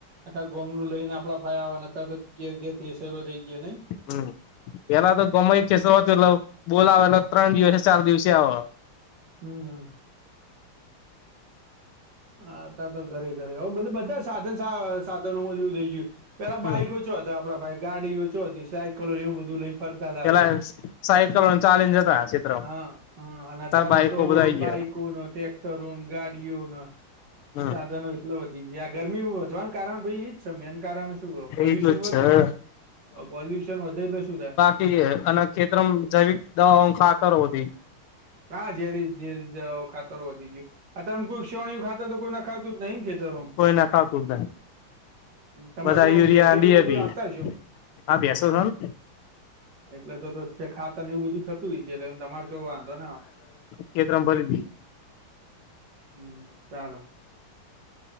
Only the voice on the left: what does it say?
હમ પેલા તો ગમાઈ છેસ એટ બોલાવે એલે ત્રણ દિવસે ચાર દિવસે આવે
હમ
પેલા
સાયકલો ચાલીને જતા ક્ષેત્ર
બાઈકો
બધા આઈ ગયા
હમ
એટલું
જ છે
અને ખેતરમ જૈવિક દવાઓ ખાતરથી
કોઈ નાખાતું જ નહી
બધા
યુરિયા
ડીએપી
આ ભેસો છે ને
કેતરા ભરી દ